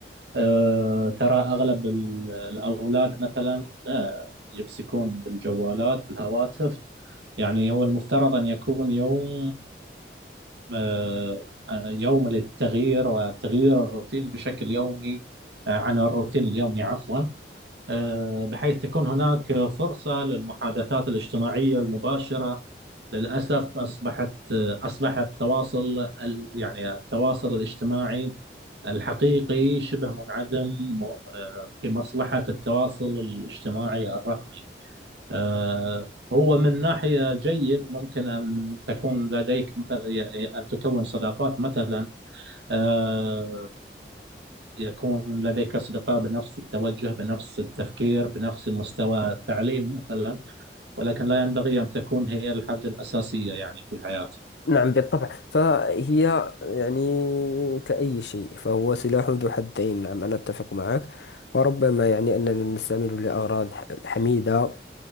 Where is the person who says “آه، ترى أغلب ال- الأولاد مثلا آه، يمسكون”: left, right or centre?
Right